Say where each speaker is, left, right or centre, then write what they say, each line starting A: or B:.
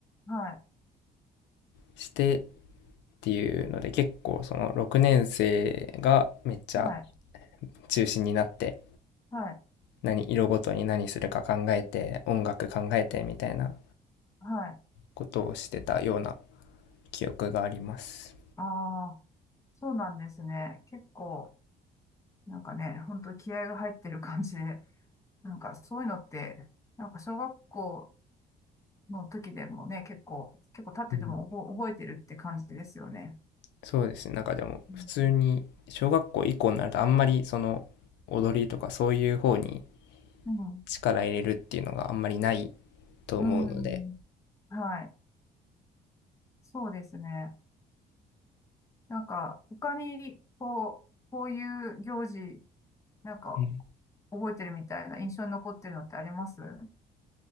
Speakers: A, on the left; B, on the left.
A: はい、
B: してっていうので、結構その6年生がめっちゃ
A: はい、
B: 中心になって
A: はい、
B: 何色ごとに何するか考えて音楽考えてみたいな
A: はい。
B: ことをしてたような記憶があります
A: ああ、そうなんですね。結構、なんかね、本当気合が入ってる感じで、なんかそういうのって、なんか小学校の時でもね、結構、結構経ってても覚え、
B: うん
A: 覚えてるって感じですよね。
B: そうですねなんかでも普通に小学校以降になるとあんまりその踊りとかそういう方に
A: うん、うん、
B: 力入れるっていうのがあんまりないと思うので
A: うん、はい、そうですね。なんか、他に、こう、こういう行事、なんか、
B: うん
A: 覚えてるみたいな印象に残ってるのってありますあ